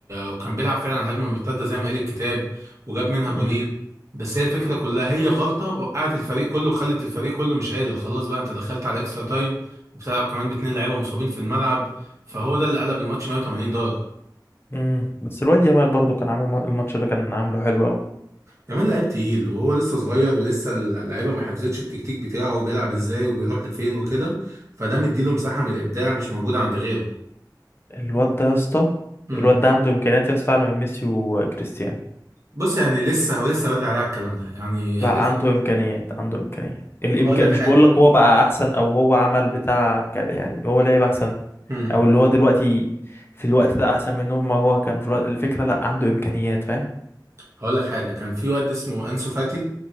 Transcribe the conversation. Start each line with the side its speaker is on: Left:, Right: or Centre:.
Right: وكان بيلعب فعلا على الهجمه المرتده زي ما قال الكتاب وجاب منها جونين
Left: امم
Right: بس هي الفكره كلها هي غلطه وقعت الفريق كله وخلت الفريق كله مش قادر خلاص بقى انت دخلت على الاكسترا تايم وبتلعب كمان باتنين لعيبه مصابين في الملعب فهو ده اللي قلب الماتش 180 درجه
Left: مم. بس الواد يامال برضه كان عامل الم- الماتش ده كان عامله حلو قوي
Right: كمان لعيب تقيل وهو لسه صغير ولسه اللعيبه ما حفظتش التكتيك بتاعه وبيلعب ازاي وبيروح لفين وكده فده مديله مساحه من الابداع مش موجوده عند غيره
Left: الواد ده يا اسطى
Right: امم
Left: الواد ده عنده امكانيات يا اسطى اعلى من ميسي وكريستيانو
Right: بص يعني لسه هو لسه بدري عليه على الكلام ده يعني
Left: لا
Right: لسه
Left: عنده امكانيات عنده امكانيات الامكان
Right: هقول لك
Left: مش
Right: حاجه
Left: بقول لك هو بقى احسن او هو عمل بتاع كان- يعني هو لعب احسن
Right: امم
Left: او اللي هو دلوقتي في الوقت ده احسن منهم ما هو كانوا في الوقت الفكره لا عنده امكانيات فاهم
Right: هقول لك حاجه كان في واد اسمه انسو فاتي